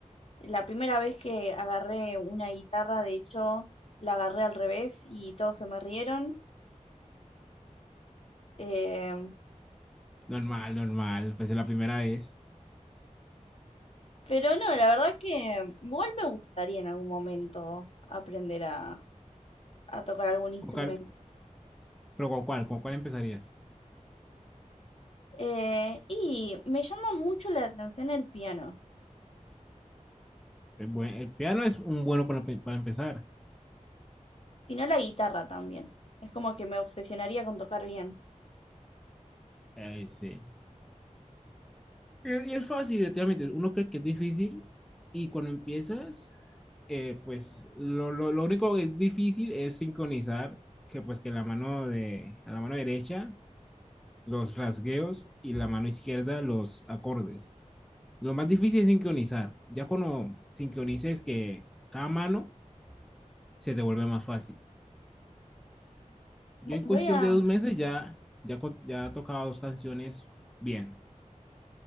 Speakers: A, on the left (about 50°); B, in the centre.
A: La primera vez que agarré una guitarra, de hecho, la agarré al revés y todos se me rieron. Em,
B: Normal, normal, pues es la primera vez.
A: pero no, la verdad que igual me gustaría en algún momento aprender a, a tocar algún instrumento.
B: ¿Con cuál- pero con cuál, con cuál empezarías?
A: Eh, y me llama mucho la atención el piano,
B: El, buen- el piano es un bueno para, para empezar.
A: si no la guitarra también. Es como que me obsesionaría con tocar bien.
B: Ay, sí. Es- Y es fácil, definitivamente. Uno cree que es difícil y cuando empiezas, eh, pues lo, lo- lo único que es difícil es sincronizar que pues que la mano de, a la mano derecha los rasgueos y la mano izquierda los acordes. Lo más difícil es sincronizar. Ya cuando sincronices que cada mano se te vuelve más fácil. Yo
A: Vo-
B: en
A: Voy
B: cuestión
A: a,
B: de dos meses ya, ya, co- ya tocaba dos canciones bien.